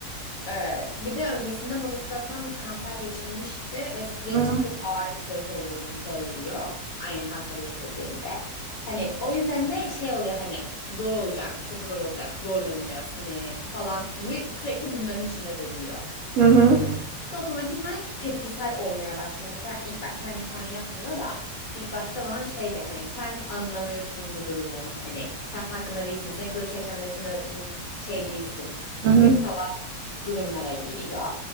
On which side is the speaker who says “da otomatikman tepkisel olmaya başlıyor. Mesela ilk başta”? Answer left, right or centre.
Left